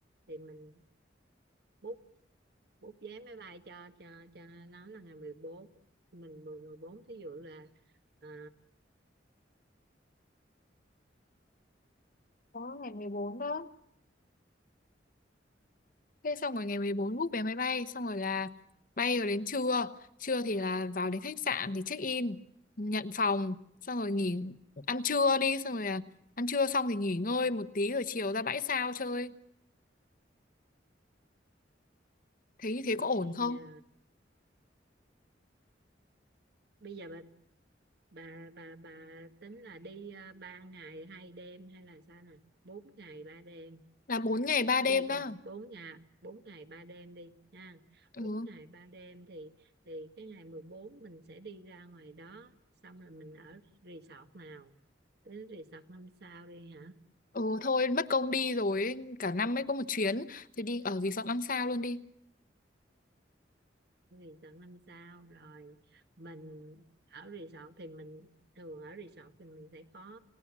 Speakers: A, on the right; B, on the left.
A: thì mình book book vé máy bay cho cho cho nó là ngày mười bốn mình mười 14 thí dụ là à,
B: Đó, ngày 14 đó. Thế xong rồi ngày 14 book vé máy bay, xong rồi là bay rồi đến trưa. Trưa thì là vào đến khách sạn thì check-in, nhận phòng, xong rồi nghỉ ăn trưa đi, xong rồi là ăn trưa xong thì nghỉ ngơi một tí rồi chiều ra bãi sao chơi. Thế như thế có ổn
A: bây
B: không?
A: giờ bây giờ bà bà bà bà tính là đi uh, 3 ngày hai đêm hay là sao nè 4 ngày 3 đêm
B: Là bốn ngày 3 đêm
A: đi
B: đó.
A: từ 4 ngày 4 ngày 3 đêm đi nha
B: Ừ.
A: bốn ngày 3 đêm thì thì cái ngày 14 mình sẽ đi ra ngoài đó xong rồi mình ở resort nào tới resort năm sao đi hả
B: Ừ thôi mất công đi rồi ấy. Cả năm mới có một chuyến thì đi ở resort 5 sao luôn đi.
A: resort năm sao rồi mình ở resort thì mình thường ở resort thì mình sẽ có